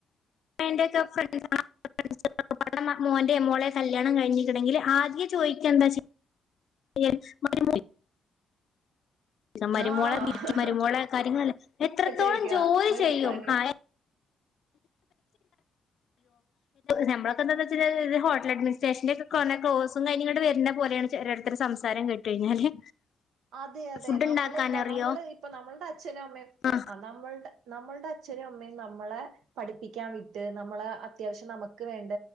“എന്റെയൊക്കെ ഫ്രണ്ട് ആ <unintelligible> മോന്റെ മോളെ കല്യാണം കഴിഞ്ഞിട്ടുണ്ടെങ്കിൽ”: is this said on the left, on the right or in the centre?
Left